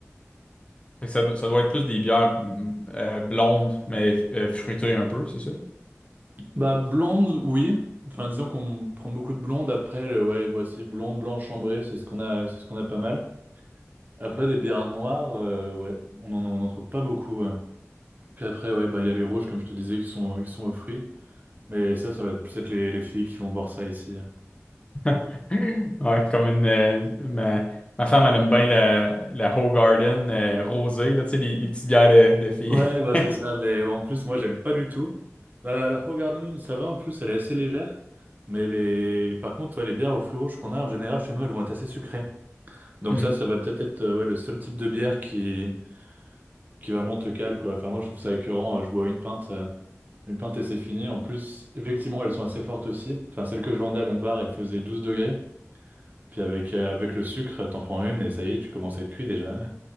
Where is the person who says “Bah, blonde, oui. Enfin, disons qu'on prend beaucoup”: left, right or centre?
Right